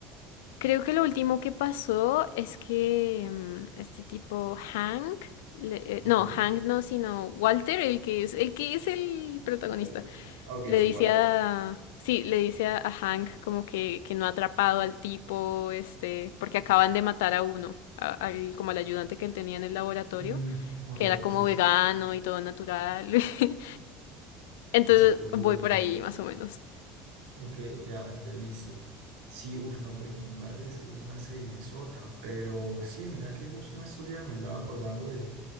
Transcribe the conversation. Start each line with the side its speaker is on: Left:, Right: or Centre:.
Left: Creo que lo último que pasó es que mm, este tipo Hank, le- eh,
Right: ok.
Left: no, Hank no, sino Walter, el que es, el que es el protagonista,
Right: Eh, ah, ok,
Left: le
Right: sí,
Left: dice
Right: Walter.
Left: a... Sí, le dice a, a Hank como que, que no ha atrapado al tipo, este, porque acaban de matar a uno, a- al, como al ayudante que él tenía en el laboratorio,
Right: Mm, ok,
Left: que era como
Right: sí, sí.
Left: vegano y todo natural. <laughs> Entonces
Right: Taciturno.
Left: voy por ahí más o menos.
Right: Ok, ya, ya listo. Sí, uff, no, Breaking Bad es, es una serie sota, pero sí, mira que justo en estos días me andaba acordando de,